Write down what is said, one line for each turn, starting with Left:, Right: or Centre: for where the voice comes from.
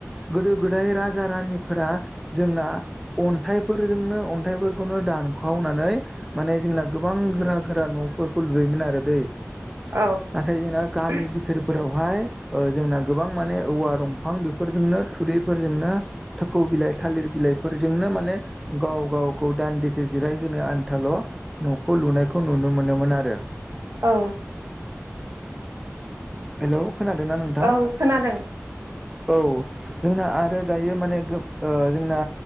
Centre: गोदो गोदाय राजा रानिफोरा जोंना अन्थाइफोरजोंनो अन्थाइफोरखौनो दानखावनानै माने जोंना गोबां गोरा गोरा न'फोरखौ लुयोमोन आरो दै
Right: औ औ
Centre: नाथाय जोंना गामि
Right: औ
Centre: बिथोरफोरावहाय जोंना गोबां माने औवा दंफां बेफोरजोंनो थुरिफोरजोंनो थोखौ बिलाइ थालिर बिलाइफोरजोंनो माने गाव गावखौ दान्दिसे जिरायहोनो आन्थाल' न'खौ लुनायखौ नुनो मोनोमोन आरो
Right: औ
Centre: हेल' खोनादोंना नोंथां
Right: औ खोनादों
Centre: औ जोंना आरो दायो माने जोंना